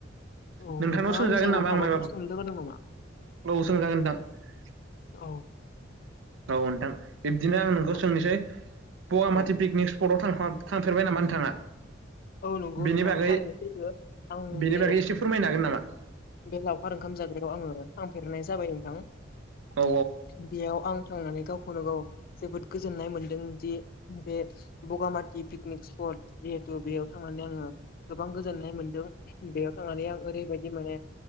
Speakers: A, on the left (about 50°); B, on the right (about 80°).
A: औ
B: नोंथांनाव
A: नोंथाङा
B: सोंजागोन
A: आंनि सायाव
B: नामा आं
A: माबाफोर
B: मायबाफोर
A: सोंनो लुगैदों नामा?
B: औ सोंजागोन नोंथां
A: औ
B: औ नोंथां बिब्दिनो आं नोंखौ
A: औ
B: सोंनिसै पवामाथि
A: औ
B: पिकनिक स्पटआव थां थांफेरबाय नामा नोंथाङा?
A: औ नंगौ
B: बेनि
A: नोंथां
B: बागै
A: थारैनो नोसैथो आं
B: बेनि
A: बे
B: बागै एसे फोरमायनो हागोन नामा
A: बे लावखार ओंखाम जाग्रायाव आङो थांफेरनाय जाबाय नोंथां
B: औ
A: बेयाव आं थांनानै गावखौनो गाव जोबोद गोजोननाय मोन्दों दि बे बगामाथि पिकनिक स्पट <unintelligible> जिहेतु बेयाव थांनानै आङो गोबां गोजोननाय मोनदों बेयाव थांनानै आं ओरैबायदि माने